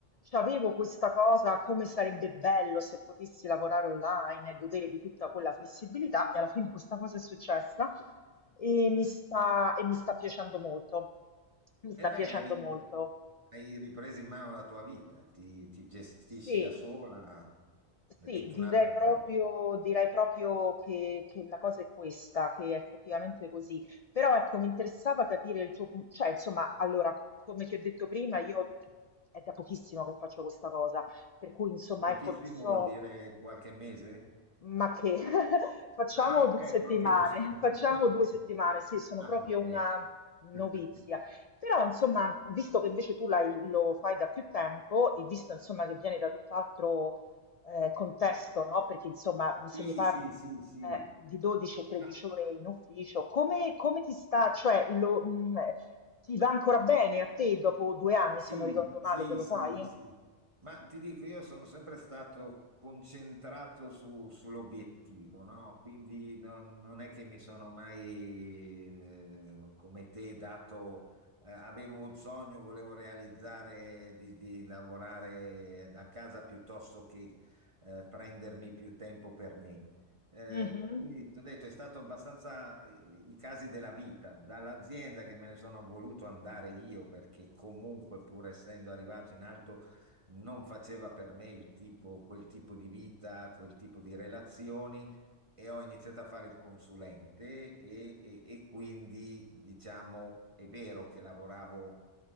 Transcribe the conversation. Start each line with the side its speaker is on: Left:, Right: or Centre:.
Left: C'avevo questa cosa, come sarebbe bello se potessi lavorare online e godere di tutta quella flessibilità, e alla fine questa cosa è successa. E mi sta, e mi sta piacendo molto, mi sta
Right: E
Left: piacendo
Right: beh, hai,
Left: molto.
Right: hai ripreso in mano la tua vita, ti, ti gestisci
Left: Sì,
Right: da sola,
Left: sì,
Right: è tutta
Left: direi
Right: un'altra cosa.
Left: proprio, direi proprio che, che la cosa è questa, che è effettivamente così. Però ecco, mi interessava capire il tuo punto, cioè insomma, allora, come ti ho detto prima, io è da pochissimo che faccio questa cosa, per cui insomma,
Right: Pochissimo
Left: ecco, non so
Right: vuol dire qualche mese?
Left: Ma che <laughs> facciamo
Right: Ah, ok,
Left: 2 settimane,
Right: proprio. <laughs>
Left: facciamo 2 settimane, sì, sono
Right: Ah,
Left: proprio
Right: ok.
Left: una novizia.
Right: <laughs>
Left: Però insomma, visto che invece tu l'hai lo fai da più tempo e visto insomma che vieni da tutt'altro, ehm, contesto,
Right: Ma-
Left: no, perché insomma, se
Right: sì,
Left: mi parli,
Right: sì, sì, sì.
Left: eh, di 12 e 13
Right: Ma-
Left: ore in ufficio, come come ti sta cioè lo mhmm, ti va ancora bene a te dopo 2 anni,
Right: Sì,
Left: se non ricordo
Right: sì,
Left: male, che lo
Right: sì,
Left: fai?
Right: sì. Ma ti dico, io sono sempre stato concentrato su- sull'obiettivo, no? Quindi non, non è che mi sono mai, eh, come te, dato, eh, avevo un sogno, volevo realizzare di, di lavorare da casa piuttosto che, eh, prendermi più tempo per me. Eh,
Left: Mh-mh,
Right: quindi ti ho detto, è stato abbastanza eh, i casi della vita, dall'azienda che me ne sono voluto andare io perché comunque pur essendo arrivato in alto non faceva per me il tipo, quel tipo di vita, quel tipo di relazioni e ho iniziato a fare il consulente e, e- e quindi diciamo è vero che lavoravo